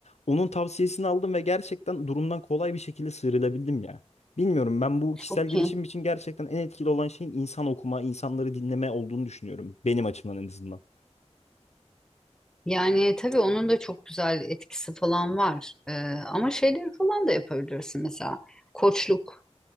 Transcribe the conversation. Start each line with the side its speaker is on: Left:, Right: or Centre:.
Left: Onun tavsiyesini aldım ve gerçekten durumdan kolay bir şekilde sıyrılabildim ya. Bilmiyorum ben bu
Centre: çok
Left: kişisel gelişim
Centre: iyi.
Left: için gerçekten en etkili olan şeyin insan okuma, insanları dinleme olduğunu düşünüyorum. Benim açımdan en azından.
Centre: Yani tabii onun da çok güzel etkisi falan var. Ee, ama şeyleri falan da yapabilirsin mesela. Koçluk